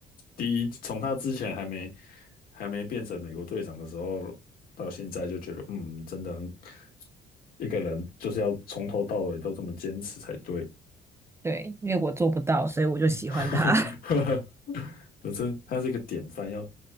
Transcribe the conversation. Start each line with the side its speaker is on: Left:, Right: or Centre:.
Left: 第一，从他之前还没还没变成美国队长的时候，到现在就觉得嗯，真的很一个人就是要从头到尾都这么坚持才对，
Right: 对，因为我做不到，所以我就喜欢他。
Left: <laughs> 呵呵呵可是他是一个典范，要